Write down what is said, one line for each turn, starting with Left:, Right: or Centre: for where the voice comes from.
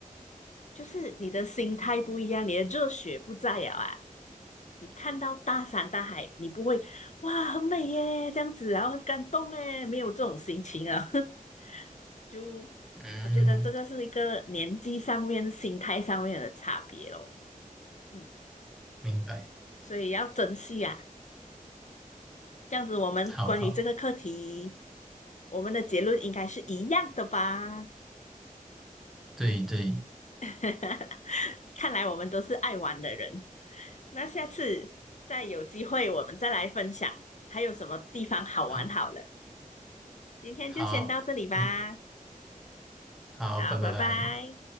Left: 就是你的心态不一样，你的热血不在了啊。你看到大山大海，你不会哇很美耶这样子，然后很感动耶，没有这种心情啊。<laughs> 就我觉得这个是一个年纪上面、
Centre: 嗯，
Left: 心态上面的差别咯。嗯，
Centre: 明白，
Left: 所以要珍惜啊。这样子，我们关于这个课题，
Centre: 好好，
Left: 我们的结论应该是一样的吧？
Centre: 对对，
Left: <laughs> 哈哈，看来我们都是爱玩的人。那下次再有机会，我们再来分享还有什么地方好玩好了。
Centre: 好，
Left: 今天就先到这里吧，
Centre: 好，那好，
Left: 好，
Centre: 拜拜拜。
Left: 拜拜。